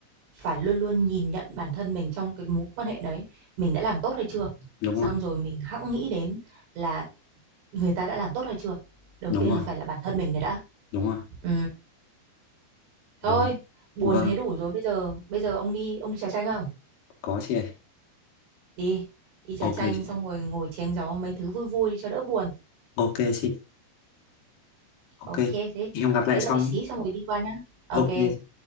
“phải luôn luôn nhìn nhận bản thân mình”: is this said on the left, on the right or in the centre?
Right